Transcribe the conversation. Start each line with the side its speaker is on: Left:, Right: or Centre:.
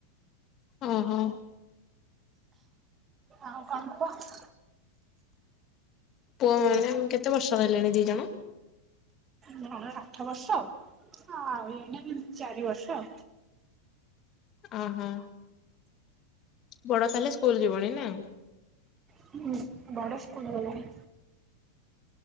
Left: ଓ ହୋ।
Right: ଆଉ କଣ କୁହ।
Left: ପୁଅ ମ୍ୟାଡମ କେତେ ବର୍ଷର ହେଲେଣି ଦି ଜଣ?
Right: ଜଣେ ଆଠ ବର୍ଷ ଆଉ ଜଣେ ଚାରି ବର୍ଷ।
Left: ଓ ହଁ। ବଡ ତାହେଲେ ସ୍କୁଲ ଯିବଣି ନା।
Right: ହୁଁ ବଡ ସ୍କୁଲ ଗଲାଣି।